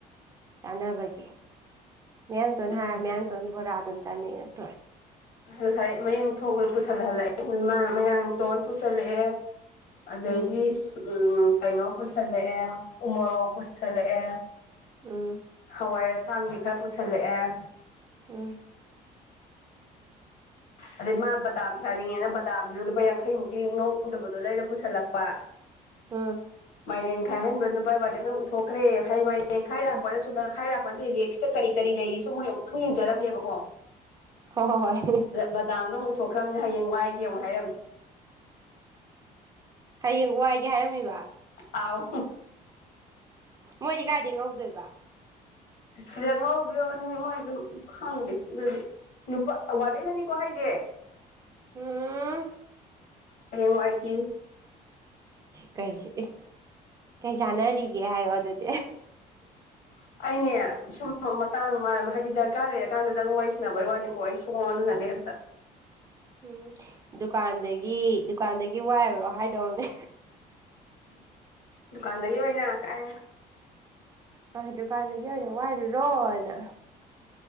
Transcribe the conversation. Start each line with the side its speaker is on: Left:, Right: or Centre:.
Right: ꯆꯥꯅꯕꯒꯤ ꯃꯌꯥꯡꯇꯣꯟ
Left: ꯎꯝ
Right: ꯍꯥꯏꯔꯒ ꯃꯌꯥꯡ ꯇꯣꯟ ꯕꯣꯔꯥꯗꯨꯝ ꯆꯥꯅꯤꯡꯉꯛ ꯇꯣꯏꯔꯦ꯫
Left: ꯉꯁꯥꯏ ꯃꯌꯨꯝ ꯊꯣꯛꯎ ꯄꯨꯁꯜꯍꯜꯂꯛꯑꯦ ꯃꯥ ꯃꯌꯥꯡꯇꯣꯟ ꯄꯨꯁꯜꯂꯛꯑꯦ ꯑꯗꯩꯗꯤ
Right: ꯎꯝ
Left: ꯎꯝ ꯀꯩꯅꯣ ꯄꯨꯁꯜꯂꯛꯑꯦ ꯎꯃꯣꯔꯣꯛ ꯄꯨꯁꯜꯂꯛꯑꯦ
Right: ꯎꯝ
Left: ꯍꯋꯥꯏ ꯑꯁꯥꯡꯕꯤ ꯈꯔ ꯄꯨꯁꯜꯂꯛꯑꯦ
Right: ꯎꯝ
Left: ꯑꯗꯩ ꯃꯥ ꯕꯗꯥꯝ ꯆꯥꯅꯤꯡꯉꯦꯅ ꯕꯗꯥꯝꯁꯨ ꯂꯨꯄꯥ ꯌꯥꯡꯈꯩꯃꯨꯛꯀꯤ ꯉꯧꯗꯕꯗꯣ ꯂꯩꯔ ꯄꯨꯁꯜꯂꯛꯄ
Right: ꯎꯝ
Left: ꯃꯥꯏꯔꯦꯟ ꯈꯥꯏꯍꯟꯕ ꯅꯨꯄꯥꯥ ꯋꯥꯔꯗꯦꯟꯗꯨꯅ ꯎꯠꯊꯣꯛꯈ꯭ꯔꯦ ꯍꯩ ꯃꯔꯦꯟꯈꯥꯏ ꯂꯥꯛꯄꯗ
Right: ꯎꯝ
Left: ꯆꯨꯝꯅ ꯈꯥꯏ ꯂꯥꯛꯄ ꯔꯦꯛꯁꯤꯗ ꯀꯔꯤ ꯀꯔꯤ ꯂꯩꯔꯤ ꯁꯦ ꯃꯣꯏ ꯑꯃꯨꯛꯇꯝ ꯌꯦꯡꯖꯔꯝꯃꯦꯕꯀꯣ
Right: ꯍꯣ ꯍꯣ ꯍꯣꯏ
Left: ꯕꯗꯥꯝꯗꯣ ꯑꯃꯨꯛ ꯎꯠꯊꯣꯛꯈ꯭ꯔꯕꯅꯤꯅ ꯍꯌꯦꯡ ꯋꯥꯏꯒꯦ ꯑꯃꯨꯛ ꯍꯥꯏꯔꯝꯃꯦ
Right: ꯍꯌꯦꯡ ꯋꯥꯏꯒꯦ ꯍꯥꯏꯔꯝꯃꯤꯕ
Left: ꯑꯥꯎ
Right: ꯃꯣꯏꯗꯤ ꯀꯥꯏꯗꯩ ꯉꯧꯗꯣꯏꯕ
Left: ꯁꯤꯗ ꯉꯧꯗꯨꯏ ꯑꯣꯏꯅꯤ ꯃꯣꯏ ꯑꯗꯨ ꯈꯪꯗꯦ ꯑꯗꯨꯗꯤ ꯅꯨꯄꯥ ꯋꯥꯔꯗꯦꯟꯅꯅꯤꯀꯣ ꯍꯥꯏꯁꯦ
Right: ꯎꯝ
Left: ꯍꯌꯦꯡꯋꯥꯏꯒꯤ
Right: ꯀꯩꯒꯤ ꯑꯦ ꯀꯩ ꯆꯥꯟꯅꯔꯤꯒꯦ ꯍꯥꯏꯌꯣ ꯑꯗꯨꯗꯤ
Left: ꯑꯩꯅꯦ ꯁꯨꯝꯕ ꯃꯇꯥꯡ ꯍꯥꯏꯗꯤ ꯗꯔꯀꯥꯔ ꯂꯩꯔ ꯀꯥꯟꯗꯗꯪ ꯋꯥꯔꯤꯁꯥꯟꯅꯕꯩ ꯋꯥꯅꯤꯀꯣ ꯑꯩ ꯁꯨꯡꯑꯣꯟ ꯑꯣꯟꯖꯤꯟꯅꯗꯦ ꯑꯝꯇ
Right: ꯎꯝ ꯗꯨꯀꯥꯟꯗꯒꯤ ꯗꯨꯀꯥꯟꯗꯒꯤ ꯋꯥꯏꯔꯨꯔꯣ ꯍꯥꯏꯗꯧꯅꯦ
Left: ꯗꯨꯀꯥꯟꯗꯒꯤ ꯑꯣꯏꯅ ꯀꯥꯏ
Right: ꯍꯣꯏ ꯗꯨꯀꯥꯟꯗꯒꯤ ꯑꯣꯏꯅ ꯋꯥꯏꯔꯨꯔꯣꯅ